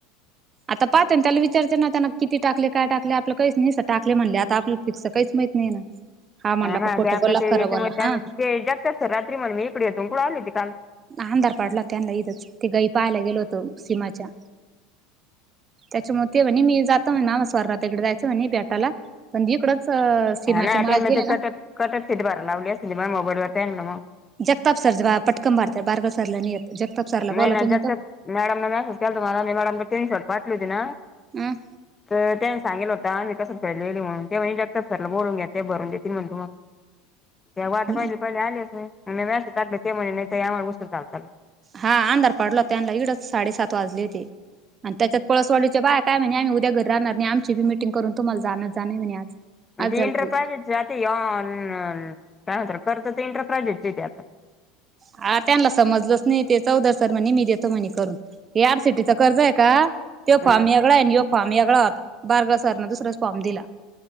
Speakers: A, on the right; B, on the left.
A: आता पाहते ना त्याला विचारते ना त्यांना किती टाकले काय टाकले आपलं काहीच नाही टाकले म्हणले आता आपलं फिक्स काहीच माहित नाही ना म्हणला
B: हा ना
A: का खोटं
B: त्या
A: बोला
B: ते
A: खरं
B: यांच्यामुळे
A: बोला हा
B: ते जगत अस रात्री म्ह मी इकडे येतोकडं आले होते काल
A: अंधार पाडला त्यांना इथंच ते गई पाहायला गेलो होतो सीमाच्या त्यांच्यामुळे ते म्हणी मी जातो म्हण आम्हाला स्वर्णा आत्या कडे जायचं म्हणे भेटायला. पण इकडंच सीमाच्या
B: हा ना
A: मळ्यात
B: त्यांना
A: गेले
B: कटक
A: ना
B: कटक सिट भर लावली असती मग मोबाईलवर त्यांना ना मग
A: जगताप सरज पटकन भरतात बारगाव सरला नही येत जगताप सरला बोला
B: नाही ना
A: तुम्ही
B: जगताप मॅडमने मॅसेस केलाता मला मी मॅडमला स्क्रीनशॉट पाठवेल ना.
A: हं
B: तर त्यांनी सांगेल होता आम्ही कस फेडले म्हणून ते म्हणे जगताप सरला बोलून घ्या ते भरून देतील म्हणे तुम्हाला त्या वाट पहिले
A: अ
B: पहिले आलेच नाही मा मेसेज टाकला ते म्हणे नाही ताई आम्हाला उशीर झाला.
A: हा अंधार पडला हो त्यांना इडच साडेसात वाजले होते. आणि त्याच्यात पळसवाडीच्या बाय काय म्हणे आम्ही उद्या घरी राहणार नाही आमचीटिंग करून तुम्हाला जाण जाण म्हणे आज आज
B: मग ते
A: झालती
B: इंटरपाजेक्ट काय होत करत ते इंटरपाजेक्ट येते आता
A: हा त्यांना समजलंच नाही ते चौधरी सर म्हणे मी देतो म्हणे करून. या आड सिटीच कर्ज आहे का तो
B: ह
A: फॉ्म यागळा आणििो फॉ्म यागळा होता बारगाव सरन दुसरा फॉ्म दिला.